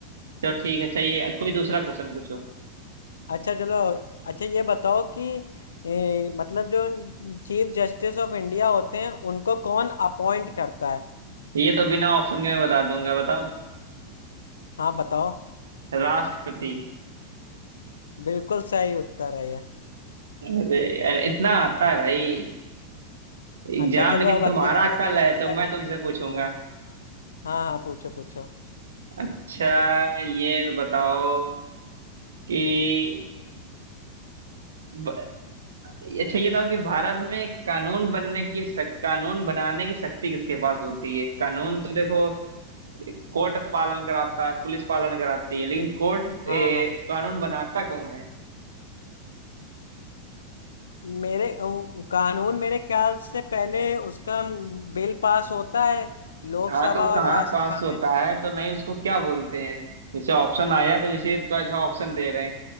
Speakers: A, on the right; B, on the left.
A: चलो ठीक है अच्छा ये कोई दूसरा क्वेश्चन पूछो
B: अच्छा चलो अच्छा ये बताओ कि ए, मतलब जो चीफ जस्टिस ऑफ इंडिया होते हैं उनको कौन अपॉइंट करता है
A: ये तो बिना ऑप्शन के मैं बता दूंगा बताऊं
B: हाँ बताओ
A: राष्ट्रपति
B: बिल्कुल सही उत्तर है ये
A: अरे अरे इतना आता है भाई एग्जाम
B: अच्छा चलो
A: लेकिन
B: अब
A: तुम्हारा
B: अगली बार मैं
A: कल
B: तुमसे
A: है तो
B: थोड़ा
A: मैं
B: कठिन
A: तुमसे पूछूंगा
B: पूछूंगा हाँ हाँ पूछो पूछो
A: अच्छा ये बताओ कि ब- अच्छा ये बताओ कि भारत में कानून बनने की शक, कानून बनाने की शक्ति किसके पास होती है कानून तो देखो कोर्ट पालन कराता है पुलिस पालन कराती है लेकिन कोर्ट ए,
B: हाँ हाँ
A: कानून बनाता कौन है
B: मेरे अम, कानून मेरे ख्याल से पहले उसका बिल पास होता है लोकसभा
A: हाँ तो वो कहाँ
B: और राज्यसभा
A: पास होता
B: में
A: है तो नहीं उसको क्या बोलते हैं जैसे ऑप्शन आया तो जैसे तो अच्छा ऑप्शन दे रहे हैं